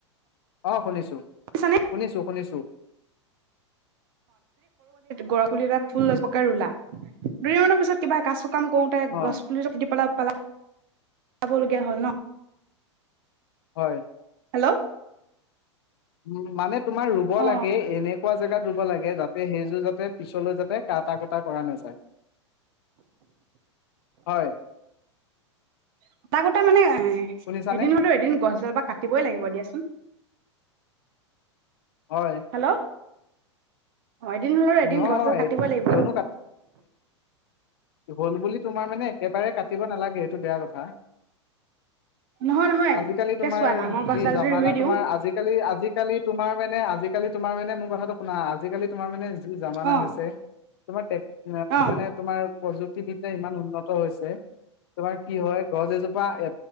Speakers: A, on the left; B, on the right.
A: অ শুনিছো,
B: শুনিছানে
A: শুনিছো শুনিছো।
B: গৰা পুলি এটা ফুলকে ৰুলা -দুই মৰ পিছত কিবা ক কাম কোৰোতে
A: অ
B: গছ পুলি পাটিবলে পালা? চাবলগীয়া হ'ল ন।
A: হয়।
B: হেল্ল'।
A: উম মানে। তোমাৰ ৰুব
B: অ
A: লাগে, এনেকুৱা জেগা ৰুব লাগে যাতে, সেইযোৰ যাতে, পিছলৈ যাতে কাটা কুটা কৰা নাযায়। হয়
B: কটা কুটা মানে, এ
A: শুনিছানে
B: এদিন হলেও এদিন গছডালপ কাটিবই লাগিব দিয়াচোন।
A: হয়।
B: হেল্ল' অ এদিন হলেও এদিন
A: ন
B: গছডাল কাটিব লাগিব
A: তেওঁ ন ক হ'ল বুলি তোমাৰ মানে একেবাৰে ক পাতিব নালাগে এইেটো বেয়া কথা
B: নহয় নহয়
A: আজিকালি
B: এতিয়া
A: তোমাৰ
B: চোৱা ডাঙৰ গছডাল
A: যি জামানা
B: যদি ৰুই দিওঁ
A: তোমাৰ আজিকালি আজি আজিকালি তোমাৰ মানে আজিকালি তোমাৰ মানে মোৰ কথাটো শুনা আজিকালি তোমাৰ মানে য জামানা
B: অ
A: হৈছে তোমাৰ
B: অ
A: মানে তোমাৰ প্ৰযুক্তিবিদ্যা ইমান উন্নত হৈছে তোমাৰ কি হয় গছ এজোপা এ